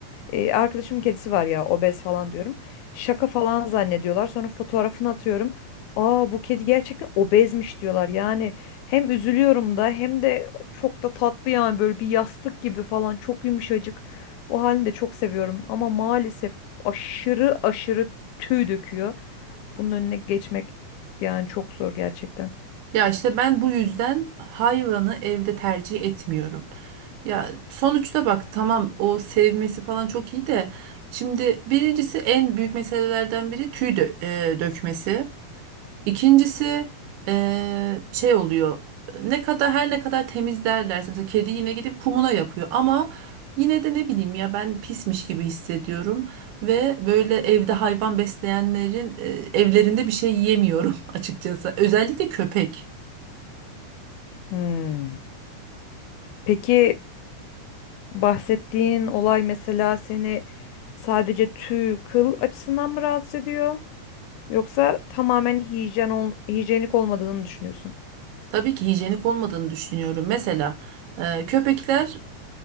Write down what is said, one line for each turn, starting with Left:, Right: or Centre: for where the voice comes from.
Left: e, arkadaşımın kedisi var ya obez falan diyorum. Şaka falan zannediyorlar. Sonra fotoğrafını atıyorum. Aa bu kedi gerçekten obezmiş diyorlar. Yani hem üzülüyorum da hem de çok da tatlı yani böyle bir yastık gibi falan çok yumuşacık. O halini de çok seviyorum ama maalesef aşırı aşırı tüy döküyor. Bunun önüne geçmek yani çok zor gerçekten.
Right: Ya işte ben bu yüzden hayvanı evde tercih etmiyorum. Ya sonuçta bak tamam o sevmesi falan çok iyi de şimdi birincisi en büyük meselelerden biri tüy dö- e, dökmesi. İkincisi eee, şey oluyor. Ne kadar her ne kadar temiz derlerse mesela kedi yine gidip kumuna yapıyor ama yine de ne bileyim ya ben pismiş gibi hissediyorum ve böyle evde hayvan besleyenlerin eee, evlerinde bir şey yiyemiyorum <laughs> açıkçası. Özellikle köpek.
Left: Hmm. Peki e, bahsettiğin olay mesela seni sadece tüy, kıl açısından mı rahatsız ediyor? Yoksa tamamen hijyen ol, hijyenik olmadığını mı düşünüyorsun?
Right: Tabii ki hijyenik olmadığını düşünüyorum. Mesela e, köpekler